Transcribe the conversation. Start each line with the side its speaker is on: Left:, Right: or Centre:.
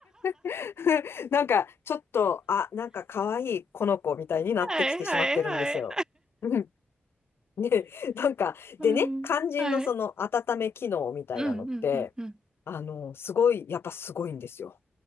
Left: <laughs> なんか、ちょっと、あ、なんか可愛いこの子みたいになってきてしまってるんですよ。
Right: はいはいはい。
Left: うんね、なんか、
Right: はい。
Left: でね、肝心のその温め機能みたいなのって、
Right: はい。うん、うん、うん、うん。
Left: あの、すごい、やっぱすごいんですよ。